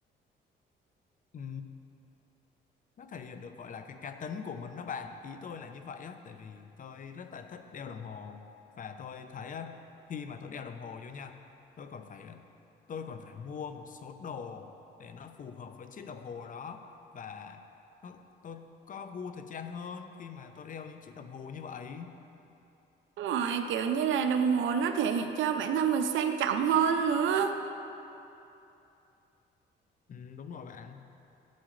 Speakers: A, on the left; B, on the right.
A: ừ. nó thể hiện được gọi là cái cá tính của mình đó bạn ý tôi là như vậy á tại vì tôi rất là thích đeo đồng hồ và tôi thấy á, khi mà tôi đeo đồng hồ vô nha tôi còn phải ờ, tôi còn phải mua một số đồ để nó phù hợp với chiếc đồng hồ đó và nó, tôi có gu thời trang hơn khi mà tôi đeo những chiếc đồng hồ như vậy
B: Đúng rồi, kiểu như là đồng hồ nó thể hiện cho bản thân mình sang trọng hơn nữa.
A: ừ, đúng rồi bạn